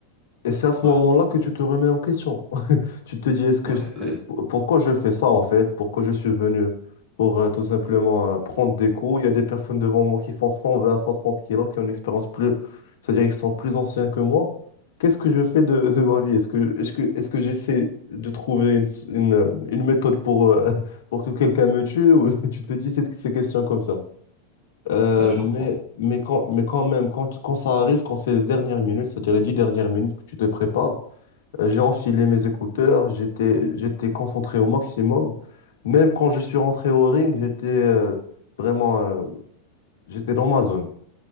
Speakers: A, on the left; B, on the right.
A: Et c'est à ce
B: ouais,
A: moment-là que tu te remets en question. Tu te dis, est-ce que
B: ouais,
A: euh,
B: ouais,
A: pourquoi je fais ça en fait? Pourquoi je suis venu? Pour euh, tout simplement euh, prendre des cours. Il y a des personnes devant moi qui font cent vingt cent trente kilos, qui ont une expérience plus, c'est-à-dire qu'ils sont plus anciens que moi. Qu'est-ce que je fais de, de ma vie? Est-ce que, est-ce que, est-ce que j'essaie de trouver une, s- une, euh, une méthode pour, euh, <laughs> pour que quelqu'un me tue? Ou <laughs> tu te dis cette- ces questions comme ça. Euh,
B: Ah, je
A: mais,
B: comprends.
A: mais, quand, mais quand même, quand, quand ça arrive, quand c'est les dernières minutes, c'est-à-dire les dix dernières minutes que tu te prépares, euh, J'ai enfilé mes écouteurs, j'étais, j'étais concentré au maximum. Même quand je suis rentré au ring, j'étais euh, vraiment, euh, j'étais dans ma zone.